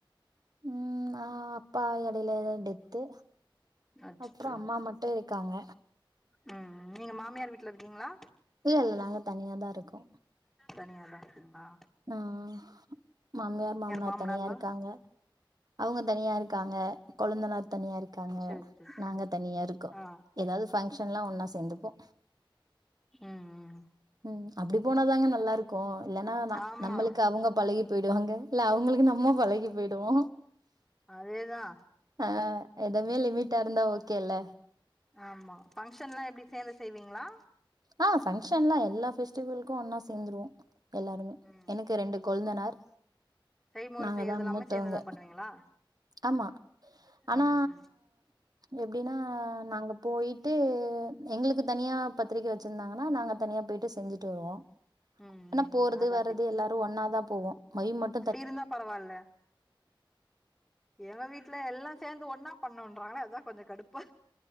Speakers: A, on the right; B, in the centre.
A: உம் அ அப்பா கடையில தா டெத்து
B: அச்சச்சோ
A: அப்றோ அம்மா மட் ட்டே இருக்காங்க
B: உம் உம் நீங்க மாமியார் வீட்ல இருக்கீங்ளா
A: இல்ல இல்ல நாங்க தனியாதா இருக்கோ
B: தனியாதா இருக்கீங்ளா
A: உம் உம் மாமியார் மாமனார்
B: மாமனார்லா
A: தனியா இருக்காங்க அவுங்க தனியா இருக்காங்க கொழுந்தனார் தனியா இருக்காங்க
B: சேரி சேரி
A: நாங்க தனியா இருக்கோ
B: ஆ
A: ஏதாவுது ஃபங்ஷனா ஒன்னா சேந்துப்போ
B: ம் ம்
A: ம் அப்டி போனாதாங்க நல்லா இருக்கு இல்லனா ந
B: ஆமா
A: நம்மளுக்கு அவுங்க பழகி போயிடுவாங்க இல்ல அவுங்ளுக்கு நம்ம பழகி போயிடுவோ
B: அதேதா
A: ஆ எதுமே லிமிட்டா இருந்தா ஓக்கேல்ல
B: ஆமா பங்ஷன்னா எப்டி சேந்து செய்வீங்ளா
A: ஆ பங்ஷன்னா எல்லா ஃபெஸ்டிவில்கோ ஒன்னா சேந்துருவோ எல்லாருமே
B: ம்
A: எனுக்கு ரெண்டு கொழுந்தனார்
B: செய்முறை
A: நாங்க
B: செய்றதெல்லாமே
A: தான் மூத்தவங்க.
B: சேந்துதா பண்ணுவீங்களா
A: ஆமா ஆனா
B: ம்
A: எப்டின்னா நாங்க போயிட்டு எங்களுக்கு தனியா பத் திரிக்க வெச்சிந்தாங்கனா நாங்க தனியா போயிட்டு செஞ்சுட்டு வருவோ
B: ம்
A: ஆனா
B: ம்
A: போறது
B: அதா
A: வர்றது
B: கேக்குறே
A: எல்லாரோ ஒன்னாதா போவோ முய் மட்
B: அப்டி இருந்தா பரவால்ல எங்க வீட்ல எல்லா சேந்து ஒன்னா பண்ணோன்றாங்ளே அதா கொஞ்சோ கடுப்பா